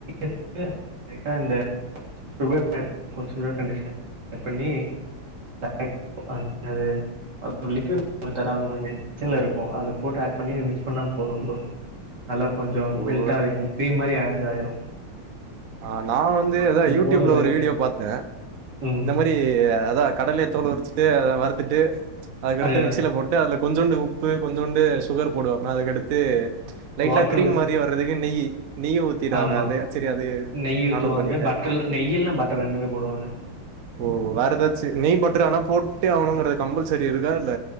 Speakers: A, on the right (about 50°); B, on the right (about 65°).
A: <inaudible> லைட்டா அந்த சுகர் <inaudible> கண்டிஷன ஆட் பண்ணி <inaudible> அது அதுக்கு லிக்யூட் ஒன்னு தராங்க <inaudible> இருக்கும் அத போட்டு ஆட் பண்ணி மிக்ஸ் பண்ணா போதும் ப்ரோ நல்லா கொஞ்சோ
B: ஓ
A: மெல்ட்டா அயிருமாரி க்ரீம் மாரி இதா ஆயிடு
B: ஆ நா வந்து அதா யூடுயூப்ல
A: போடுவார்
B: ஒரு வீடியோ பாத்தே
A: ம்
B: இந்த மேரி அதா கடல்யே தோல் உரிச்சுட்டு அத வறுத்துட்டு அதுக்கடுத்து
A: அது
B: மிக்சியில போட்டு அதுல கொஞ்சோண்டு உப்பு கொஞ்சோண்டு சுகர் போடுவாங்க அதுக்கடுத்து லைட்டா
A: வாட்டரில்
B: கிரீம் மாரி வர்றதுக்கு நெய் நெய் ஊத்திர்றாங்க
A: ஆமாம்
B: அதா சரி அது
A: நெய் ஊற்றுவாங்க
B: நானு பண்ணிட்டே
A: பட்டர் நெய்யில்னா பட்டர் ரெண்டுமே போடுவாங்க
B: ஓ வேற ஏதாச்சு நெய் பட்டுரு ஆனா போட்டே ஆகணுங்கற கம்பல்சரி இருக்கா இல்ல